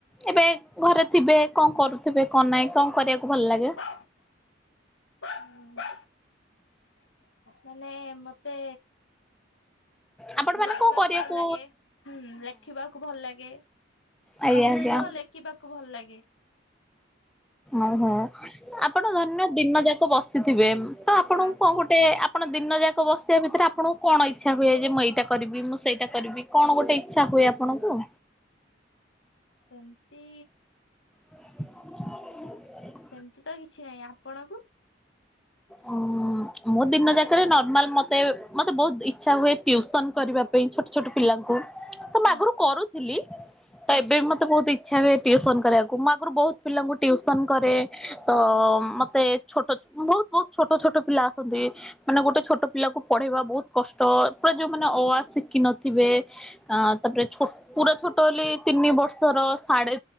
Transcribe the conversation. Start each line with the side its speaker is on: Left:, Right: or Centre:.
Centre: ଏବେ ଘରେ ଥିବେ, କଣ କରୁଥିବେ କଣ ନାଇଁ କଣ କରିବାକୁ ଭଲ ଲାଗେ?
Left: ବ ବ ମାନେ ମତେ
Centre: ଆପଣ ମାନେ
Left: ଲେଖିବାକୁ
Centre: କଣ କରିବାକୁ
Left: ଭଲ ଲାଗେ ହୁଁ ଲେଖିବାକୁ ଭଲ ଲାଗେ।
Centre: ଆଜ୍ଞା
Left: ବେଶୀ
Centre: ଆଜ୍ଞା।
Left: ତ ଲେଖିବାକୁ ଭଲ ଲାଗେ
Centre: ଓହୋ ଆପଣ ଧନ୍ୟ ଦିନ ଯାକ ବସିଥିବେ ତ ଆପଣ
Left: ହଁ।
Centre: କ ଗୋ ସେ ଆପଣ ଦିନ ଯାକ ବସିବା ଭିତରେ ଆପଣଙ୍କୁ କଣ ଇଚ୍ଛା ହୁଏ। ଯେ ମୁଁ ଏଇଟା କରିବି ମୁଁ ସେଇଟା କରିବି। କଣ ଗୋଟେ ଇଚ୍ଛା ହୁଏ ଆପଣଙ୍କୁ?
Left: ସେମିତି
Centre: <inaudible>
Left: ସେମିତି ତ କିଛି ନାହିଁ ଆପଣଙ୍କୁ?
Centre: ଉ ମୁଁ ଦିନ ଯାକରେ ନର୍ମାଲ ମତେ ମତେ ବହୁତ ଇଚ୍ଛା ହୁଏ ଟ୍ୟୁସନ କରିବା। ଛୋଟ ଛୋଟ ପିଲାଙ୍କୁ ତ
Left: ହଁ
Centre: ମୁ ଆଗରୁ କରୁଥିଲି। ତ
Left: ହଁ
Centre: ଏବେ ବି ମତେ ବହୁତ ଇଚ୍ଛା ହୁଏ, ଟିଉସନ କରିବାକୁ। ମୁଁ ଆଗରୁ ବହୁତ ପିଲାଙ୍କୁ ଟିଉସନ କରେ ତ ମତେ- ସେ ଛୋଟ ବହୁତ ବହୁତ ଛୋଟ ଛୋଟ ପିଲା ଆସନ୍ତି। ମାନେ ଗୋଟେ ଛୋଟ ପିଲା କୁ ପଢେଇବା ବହୁତ କଷ୍ଟ। ପୁରା ଯୋଉ ମାନେ ଅ, ଆ ଶିଖିନଥିବେ। ଅ ତାପରେ ପୁରା ଛୋଟ ହେଲେ ତିନି ବର୍ଷର ସାଢେ